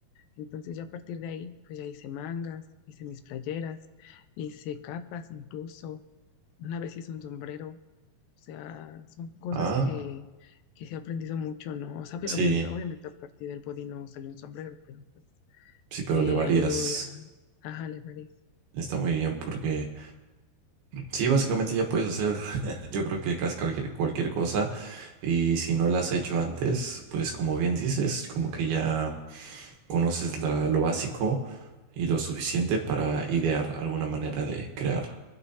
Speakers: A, on the left (about 80°); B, on the right (about 75°).
A: Entonces, ya a partir de ahí, pues ya hice mangas, hice mis playeras, hice capas incluso una vez hice un sombrero, o sea, son cosas
B: Ah,
A: que, que se ha aprendido mucho, ¿no? O sea, obviamente,
B: sí,
A: obviamente a partir del body no salió un sombrero, pero pues
B: sí, pero
A: me
B: le varías.
A: ayudó la, ajá, le daré.
B: Está muy bien porque Sí, básicamente ya puedes hacer, <laughs> yo creo que casi cualquier, cualquier cosa y si no la has hecho antes, pues como bien dices, como que ya conoces la- lo básico y lo suficiente para idear alguna manera de crear